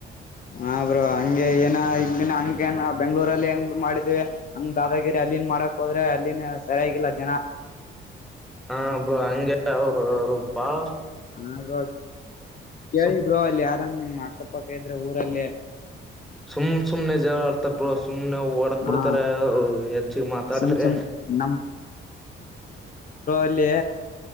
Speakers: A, on the left; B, in the centre.
A: ಹಾ ಬ್ರೋ ಹಂಗೆ ಏನ ಇಲ್ಲಿ ಹಗೆನ್ ಬೆಂಗ್ಳೂರಲ್ಲಿ ಹೆಂಗ್ ಮಾಡಿದಿವವಿ ಹಂಗ ದಾದಾಗಿರಿ ಅಲ್ಲಿನ್ ಮಾಡಕ್ ಹೋದ್ರೆ ಅಲ್ಲಿನ್ ಸರಿಯಾಗಿಲ್ಲ ಜನ
B: ಹಾ ಬ್ರೋ ಹಂಗೆ ಅವರು ಬಾಳ
A: ಹಾ ಬ್ರೋ ಕೇಳಿ
B: ಸುಮ್
A: ಬ್ರೋ ಅಲ್ಲಿ ಯ ನಿಮ್ಮ ಅಕ್ಕಪಕ್ಕ ಇದ್ರೆ ಊರಲ್ಲೇ
B: ಸುಮ್ ಸುಮ್ನೆ ಜಗಳ ಆಡ್ತಾರ ಬ್ರೋ ಸುಮ್ನೆ ಹೊಡದ ಬಿಡ್ತಾರ
A: ಹಾ
B: ಹೆಚ್ಚ ಮಾತಾಡಿದ್ರಿ
A: ಸುಮ್ ಸುಮ್ ನಮ್ ಇಲ್ಲ